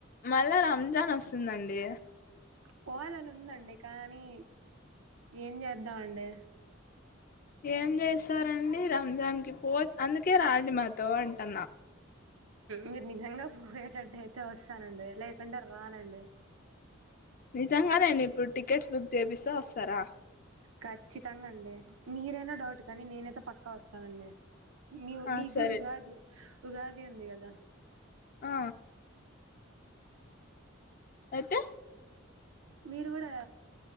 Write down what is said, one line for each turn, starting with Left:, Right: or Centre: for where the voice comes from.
Left: మళ్ళా, రంజాన్, వస్తుందండి.
Right: పోవాలని ఉందండి, కానీ, ఏం జెద్దాం అండి.
Left: ఏం, జెస్తారండి., రంజాన్ కి, పో, అందుకే రాండి, మాతో, అంటన్నా.
Right: మీరు, నిజంగా పోయేటట్టు అయితే, వొస్తానండి, లేకుంటే రానండి.
Left: నిజంగానే, నేను ఇప్పుడు, టికెట్స్ బుక్ చేపిస్తా, వస్తారా.
Right: ఖచ్చితంగా అండి మీరైనా డౌట్, కానీ నేనైతే పక్కా, వొస్తానండి. మీ,
Left: ఆ
Right: మీ
Left: సరే
Right: కూడా, ఉగాది, ఉగాది ఉంది, కదా. దా.
Left: ఆ. ఏటూ.
Right: మీరు కూడా,